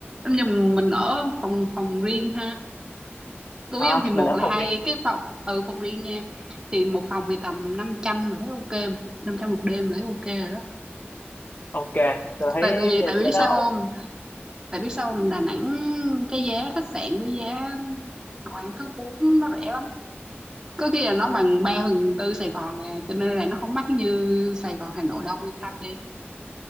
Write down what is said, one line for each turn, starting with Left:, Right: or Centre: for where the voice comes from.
Right: nhưng mình ở phòng phòng riêng ha túi
Left: à
Right: ông thì một
Left: mình ở
Right: là
Left: phòng
Right: hai
Left: riêng
Right: cái phòng ừ phòng riêng nha thì một phòng thì tầm 500 mà thấy ok 500 một đêm là thấy ok rồi đó
Left: ok tôi thấy
Right: tại tại vì tại vì
Left: chả
Right: biết
Left: đó
Right: sao không
Left: ổn
Right: tại biết sao không Đà Nẵng cái giá khách sạn với giá đồ ăn thức uống nó rẻ lắm có khi là nó bằng 3 phần tư Sài Gòn à cho nên là nó không mắc như Sài Gòn Hà Nội đâu yên tâm đi